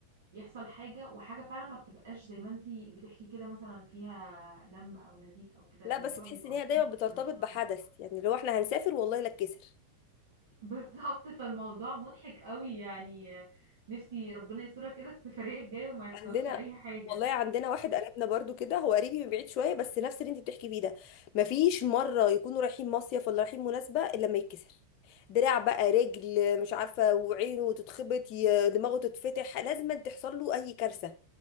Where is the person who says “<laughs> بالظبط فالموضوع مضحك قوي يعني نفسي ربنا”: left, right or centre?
Right